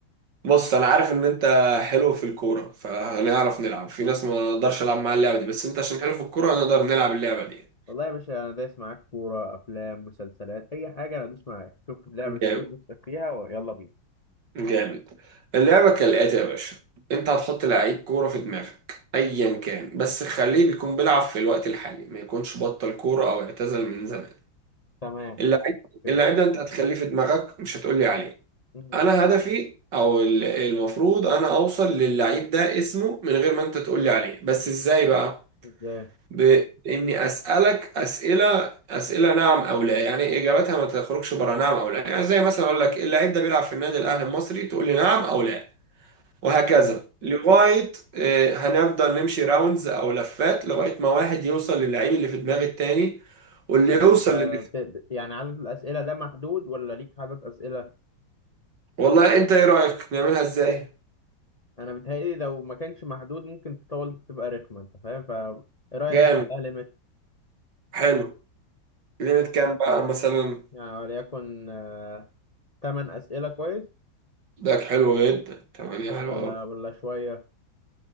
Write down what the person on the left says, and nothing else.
والله يا باشا انا دايس معاك كوره افلام مسلسلات اي حاجه انا ادوس معاك شوف لعبه
ايه نفسك فيها ويلا بينا
تمام
كده
مم.
ازاي
مم.
طب
وانت بت... يعني عدد الاسئله ده محدود ولا ليك عدد اسئله
انا بيتهيألي لو ما كانش محدود ممكن تطول تبقى رخمه انت فاهم ف ايه رايك
نعمل لها ليميت
يعني وليكن آه، تمن أسئلة كويس
ولا
ولا شوية